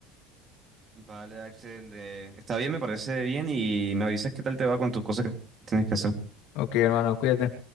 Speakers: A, on the right (about 25°); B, on the left (about 65°).
A: Vale, Axel, eh, está bien, me parece bien y me avisas qué tal te va con tus cosas que tienes que hacer.
B: Ok, hermano, cuídate.